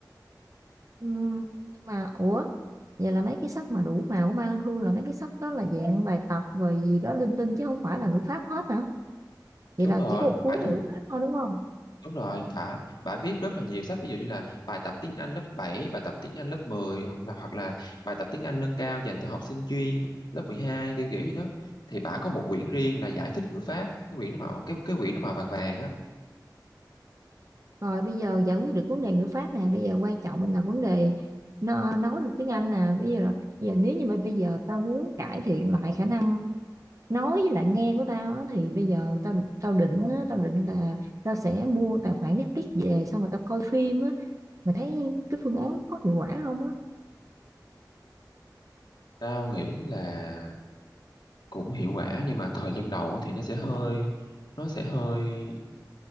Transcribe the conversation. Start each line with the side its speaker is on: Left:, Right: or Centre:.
Right: Ừm, nhưng mà ủa vậy là mấy cái sách mà đủ màu của Mai Lan Hương là mấy cái sách đó là dạng bài tập rồi gì đó linh tinh chứ không phải là ngữ pháp hết hả vậy
Left: đúng
Right: là
Left: rồi
Right: chỉ có một cuốn
Left: bả viết
Right: là ngữ pháp thôi đúng không
Left: đúng rồi bả bả viết rất là nhiều sách ví dụ như là bài tập tiếng Anh lớp bảy bài tập tiếng Anh lớp mười hoặc là hoặc là bài tập tiếng Anh nâng cao dành cho học sinh chuyên lớp 12 kiểu kiểu gì đó thì bả có một quyển riêng là giải thích ngữ pháp cái quyển nó màu cái cái quyển nó màu vàng vàng á
Right: rồi bây giờ giải quyết được vấn đề ngữ pháp nè bây giờ quan trọng là vấn đề nó nói được tiếng Anh nè bây giờ là bây giờ nếu như mà bây giờ tao muốn cải thiện lại khả năng nói với lại nghe của tao á, thì bây giờ tao tao định á, tao định là tao sẽ mua tài khoản Netflix về xong rồi tao coi phim á mày thấy cái phương án có hiệu quả không á
Left: tao nghĩ là cũng hiệu quả nhưng mà thời gian đầu á thì nó sẽ hơi nó sẽ hơi